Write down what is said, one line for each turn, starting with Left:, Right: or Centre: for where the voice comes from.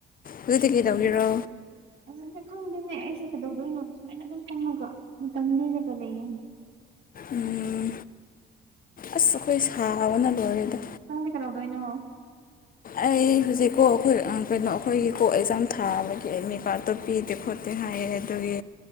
Left: ꯍꯧꯖꯤꯛꯇꯤ ꯀꯩꯗꯧꯔꯤꯔꯣ
Right: ꯍꯧꯖꯤꯛꯇꯤ ꯈꯪꯗꯦꯅꯦ ꯑꯩꯁꯦ ꯀꯩꯗꯧꯗꯣꯏꯅꯣ ꯁꯨꯃꯥꯏꯅ ꯑꯗꯨꯝ ꯐꯝꯃꯒ ꯃꯇꯝ ꯂꯦꯜꯂꯒ ꯂꯩꯌꯦꯅꯦ
Left: ꯎꯝ ꯑꯁ ꯑꯈꯣꯏ ꯁꯥꯕꯅ ꯂꯣꯏꯔꯦꯗ
Right: ꯅꯪꯗꯤ ꯀꯩꯗꯧꯗꯣꯏꯅꯣ
Left: ꯑꯩ ꯍꯧꯖꯤꯛꯀꯣ ꯑꯩꯈꯣꯏ ꯀꯩꯅꯣ ꯑꯩꯈꯣꯏꯒꯤ ꯀꯣ ꯑꯦꯛꯖꯥꯝ ꯊꯥꯕꯒꯤ ꯑꯦꯠꯃꯤꯠ ꯀꯥꯔꯠꯇꯣ ꯄꯤꯗꯦ ꯈꯣꯠ ꯇꯦ ꯍꯥꯏꯌꯦ ꯑꯗꯨꯒꯤ